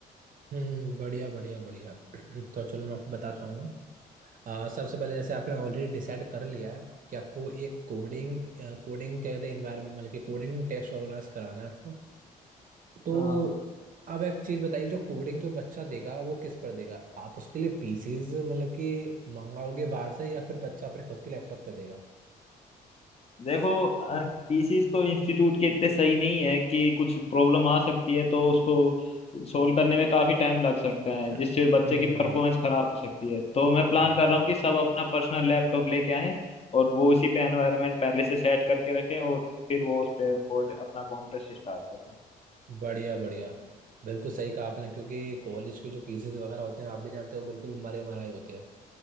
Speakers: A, on the right; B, on the left.
A: हम्म, बढ़िया बढ़िया बढ़िया <clears throat> तो चलो मैं आपको बताता हूँ अ, सबसे पहले जैसे आपने ऑलरेडी डिसाइड कर लिया है कि आपको एक कोडिंग कोडिंग कहते हैं इन्वायरमेंट मतलब कि कोडिंग टेस्ट ऑर्गेनाइज कराना है आपको तो
B: हाँ
A: अब एक चीज बताइए जो कोडिंग जो बच्चा देगा वो किस पर देगा आप उसके लिए पीसीज मतलब कि मंगाओगे बाहर से या फिर बच्चा अपने खुद के लैपटॉप पे देगा
B: देखो पीसीस तो इंस्टीट्यूट के इतने सही नहीं है कि कुछ प्रॉब्लम आ सकती है तो उसको सोल्व करने में काफी टाइम लग सकता है
A: हम्म
B: जिससे बच्चे
A: हम्म,
B: की परफॉर्मेंस खराब हो सकती है तो मैं प्लान
A: हाँ
B: कर
A: हाँ
B: रहा हूँ कि सब अपना पर्सनल लैपटॉप लेके आएं और वो उसी पे एनवायरनमेंट पहले से सेट करके रखें और फिर वो उस पे कोड अपना कॉन्टेस्ट स्टार्ट करें
A: बढ़िया बढ़िया बिल्कुल सही कहा आपने क्योंकि कॉलेज के जो पीसीज वगैरह होते हैं आप भी जानते हो बिल्कुल मरे मराए होते हैं